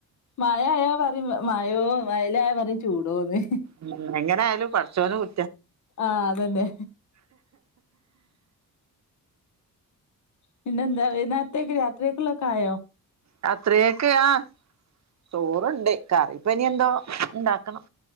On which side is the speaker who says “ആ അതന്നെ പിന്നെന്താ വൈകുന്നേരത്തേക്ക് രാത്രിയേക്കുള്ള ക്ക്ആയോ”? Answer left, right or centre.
Left